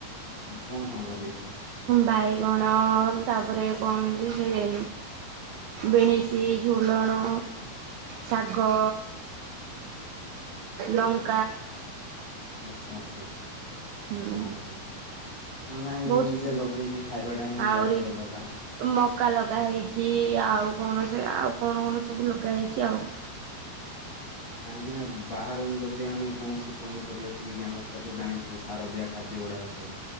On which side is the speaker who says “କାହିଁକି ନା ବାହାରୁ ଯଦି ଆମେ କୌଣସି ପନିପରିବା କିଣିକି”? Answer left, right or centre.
Left